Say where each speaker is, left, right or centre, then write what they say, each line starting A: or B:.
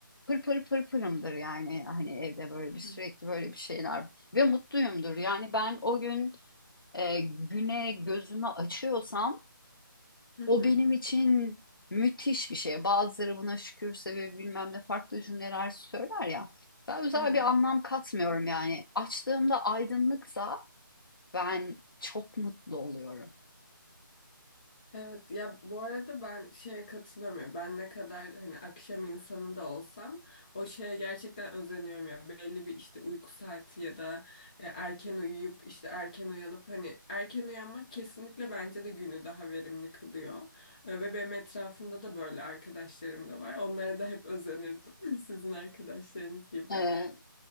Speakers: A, on the left; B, on the left.
A: pır pır pır pırımdır yani. Hani evde böyle
B: Hı
A: bir sürekli
B: hı.
A: böyle bir şeyler ve mutluyumdur. Yani ben o gün e, güne gözümü açıyorsam
B: Hı hı.
A: o benim için müthiş bir şey. Bazıları buna şükürse ve bilmem ne farklı cümleler söyler ya. Ben özel
B: Evet.
A: bir anlam katmıyorum yani. Açtığımda aydınlıksa ben çok mutlu oluyorum.
B: Evet ya bu arada ben şeye katılıyorum ya ben ne kadar hani akşam insanı da olsam o şeye gerçekten özeniyorum ya belli bir işte uyku saati ya da e, erken uyuyup işte erken uyanıp hani erken uyanmak kesinlikle bence de günü daha verimli kılıyor E, ve benim etrafımda da böyle arkadaşlarım da var onlara da hep özenirdim <laughs> sizin arkadaşlarınız gibi.
A: Ee,